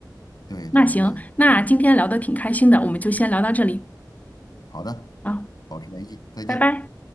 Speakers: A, on the left; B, on the left.
A: 对对对，
B: 那行，那今天聊的挺开心的，
A: 嗯，
B: 我们就先聊到这里
A: 好的，
B: 啊，
A: 保持联系，再见。
B: 拜拜。